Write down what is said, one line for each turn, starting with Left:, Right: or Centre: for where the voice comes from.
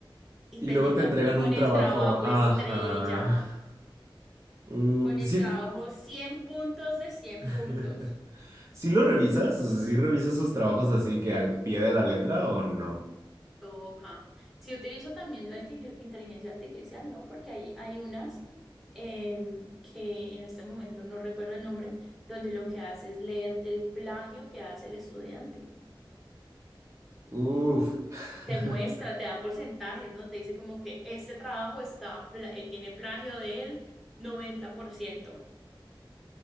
Centre: y
Right: Y
Centre: te
Right: luego
Centre: llegan
Right: te entregan
Centre: con
Right: un trabajo.
Centre: el trabajo
Right: Ajá.
Centre: estrella,
Right: Uh,
Centre: con
Right: sí,
Centre: el trabajo 100 puntos de 100
Right: <laughs>
Centre: puntos.
Right: ¿sí lo revisas? O sea, ¿sí revisas sus trabajos así que al pie de la letra o no?
Centre: Toca. Si utilizo también la inteligen- inteligencia artificial, ¿no? Porque hay, hay unas em, que en este momento no recuerdo el nombre, donde lo que hace es leerte el plagio que hace el estudiante.
Right: Uf. <laughs>
Centre: Te muestra, te da porcentajes, ¿no? Te dice como que este trabajo está, pla- eh, tiene plagio del noventa por ciento